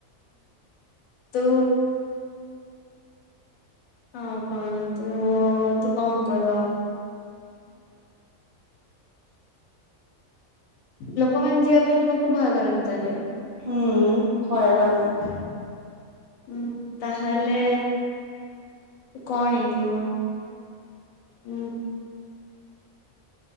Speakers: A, on the left (about 80°); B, on the right (about 75°).
A: ତୁ ହଁ କଣ ତୁ ତୁ କଣ କରୁ ଆଉ? ଲୋକମାନେ ଯିବା ପାଇଁ ତୁମକୁ ଭୟ କରନ୍ତି ଚାଲେ
B: ହୁଁ ଭୟ କରନ୍ତି।
A: ଉଁ ତାହେଲେ କଣ ହେଇଥିବ? ହୁଁ।